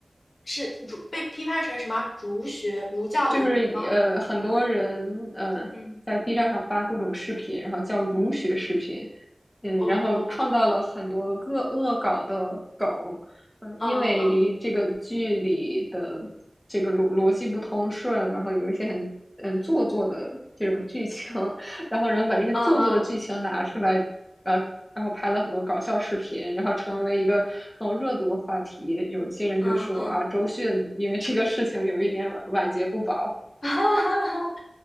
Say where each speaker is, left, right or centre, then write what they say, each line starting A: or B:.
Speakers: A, on the left (about 65°); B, on the left (about 15°).
A: 是儒被批判成什么儒学儒教的儒吗？
B: 就是呃，很多人呃在
A: 嗯
B: B 站上发各种视频，然后叫儒学视频，
A: 嗯
B: 嗯，
A: 哦，
B: 然后创造了很多恶恶搞的梗，嗯、
A: 嗯嗯
B: 因为这个剧里的这个逻逻辑不通顺，然后有一些很嗯做作的这种剧情，<laughs> 然后人们把这些做作的剧情拿出来，
A: 嗯嗯
B: 呃，然后拍了很多搞笑视频，然后成为了一个很有热度的话题。有些人就说啊，
A: 嗯嗯，嗯
B: 周迅因为这个事情有一点晚节不保。
A: <laughs>